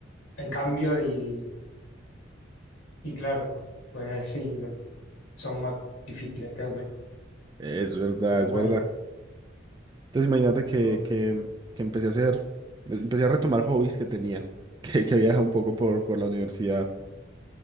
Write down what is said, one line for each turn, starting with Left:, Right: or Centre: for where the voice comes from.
Left: hay
Right: ujú.
Left: cambios y, y claro, pues sí, no, son más difíciles que otros,
Right: Es verdad,
Left: pero
Right: es
Left: bueno,
Right: verdad. Entonces imagínate que,
Left: pero
Right: que, que empecé a hacer, empecé a retomar hobbies que tenía, <laughs> que, que había dejado un poco por, por la universidad.